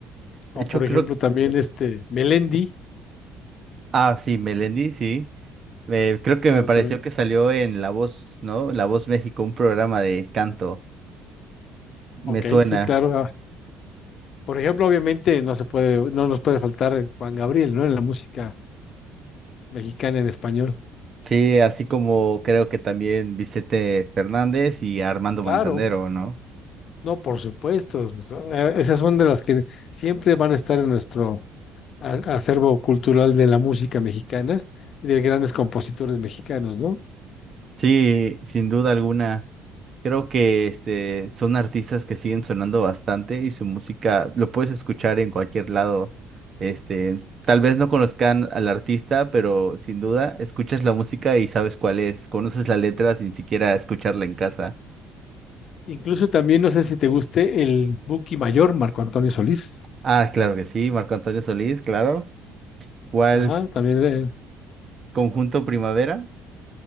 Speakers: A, on the right; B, on the left.
A: De
B: O
A: hecho,
B: por
A: creo
B: ejemplo, también este Melendi,
A: Ah, sí, Melendi, sí. Eh, creo que
B: claro,
A: me pareció
B: también.
A: que salió en La Voz, ¿no? La Voz México, un programa de canto. Me
B: Ok,
A: suena.
B: sí, claro. ah, Por ejemplo, obviamente no se puede, no nos puede faltar Juan Gabriel, ¿no? En la música mexicana en español.
A: Sí, así como creo que también Vicente Fernández y Armando Manzanero,
B: Claro,
A: ¿no?
B: no, por supuesto. o sea, eh, Esas son de las que siempre van a estar en nuestro a- acervo cultural de la música mexicana, de grandes compositores mexicanos, ¿no?
A: Sí, sin duda alguna. Creo que este, son artistas que siguen sonando bastante y su música lo puedes escuchar en cualquier lado. Este, tal vez no conozcan al artista, pero sin duda escuchas la música y sabes cuál es. Conoces la letra sin siquiera escucharla en casa.
B: Incluso también, no sé si te guste, el Buki Mayor, Marco Antonio Solís.
A: Ah, claro que sí, Marco Antonio Solís, claro. ¿Cuál
B: Ajá, también, eh,
A: conjunto Primavera?